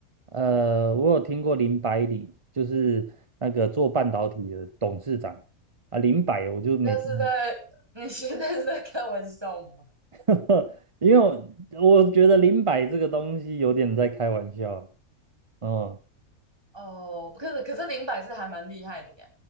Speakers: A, on the right (about 35°); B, on the right (about 15°).
A: 呃，我有听过林百里，就是那个做半导体的董事长啊，林百我就没听
B: 但是在 <laughs> 你现在是在开玩笑吗？
A: 过，<laughs> 因为我我觉得林百这个东西有点在开玩笑，嗯，
B: 哦，可是可是零摆是还蛮厉害的呀，